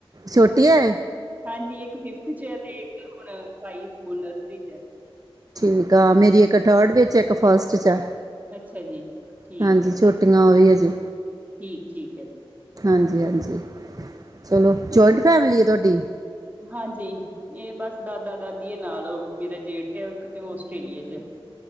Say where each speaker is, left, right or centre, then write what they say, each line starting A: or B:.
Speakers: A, on the right; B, on the right.
A: ਛੋਟੀਆਂ
B: ਹਾਂਜੀ ਇੱਕ ਫਿਫਥ 'ਚ ਹੈ ਤੇ ਇੱਕ ਹੁਣ ਪਾਈ ਸਕੂਲ਼ ਨਰਸਰੀ ਚ ਹੈ।
A: ਠੀਕ ਆ। ਮੇਰੀ ਇੱਕ ਥਰਡ ਵਿੱਚ ਇੱਕ ਫਸਟ 'ਚ ਆ।
B: ਅੱਛਾ ਜੀ। ਠੀਕ
A: ਹਾਂਜੀ
B: ਹੈ,
A: ਛੋਟੀਆਂ ਉਹ ਵੀ ਹੈ ਜੀ
B: ਠੀਕ -ਠੀਕ ਹੈ ਜੀ।
A: ਹਾਂਜੀ- ਹਾਂਜੀ ਚਲੋ, ਜੁਆਇੰਟ ਫੈਮਿਲੀ ਹੈ ਤੁਹਾਡੀ?
B: ਹਾਂਜੀ। ਇਹ ਬਸ ਦਾਦਾ ਦਾਦੀ ਨਾਲ ਮੇਰੇ ਜੇਠ ਆ ਇੱਕ ਤੇ ਉਹ ਆਸਟ੍ਰੇਲੀਆ ਚ ਹੈ।